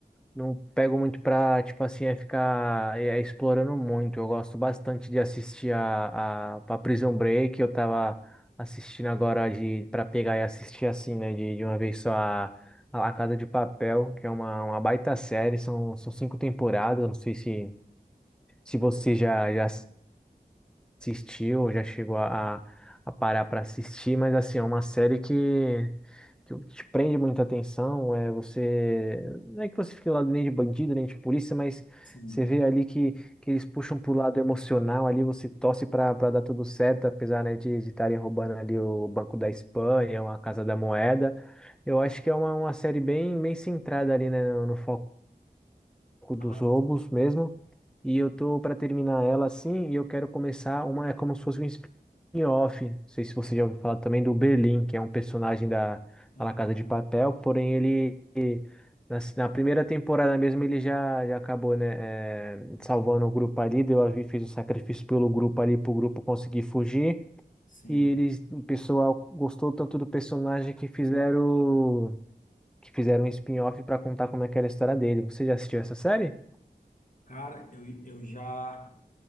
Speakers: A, in the centre; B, on the left.
A: Não pego muito pra, tipo assim, é ficar é, é explorando muito. Eu gosto bastante de assistir a, a, a Prison Break. Eu tava assistindo agora de para pegar e assistir assim, né, de, de uma vez só a, a La Casa de Papel, que é uma, uma baita série. São, são cinco temporadas. Eu Não sei se, se você já, já assistiu, ou já chegou a, a a parar para assistir, mas assim, é uma série que, que te prende muita atenção, é você, não é que você fique lá nem de bandido, nem de polícia, mas
B: Sim.
A: você vê ali que, que eles puxam pro lado emocional, ali você torce para dar tudo certo, apesar, né, de de estarem roubando ali o Banco da Espanha, a Casa da Moeda, eu acho que é uma, uma série bem, bem centrada ali, né, no, no foco pouco dos
B: Mas,
A: roubos mesmo. E eu tô para terminar ela assim, e eu quero começar uma, é como se fosse um spin-off. Não sei se você já ouviu falar também do Berlim, que é um personagem da
B: ah,
A: da La Casa de Papel, porém ele na, na primeira temporada mesmo ele já, já acabou, né, é, salvando o grupo ali, deu a vida, fez o sacrifício pelo grupo ali, pro grupo conseguir fugir.
B: sim.
A: E eles, o pessoal gostou tanto do personagem que fizeram que fizeram um spin-off para contar como é que era a história dele. Você já assistiu essa série?
B: Cara, eu, eu já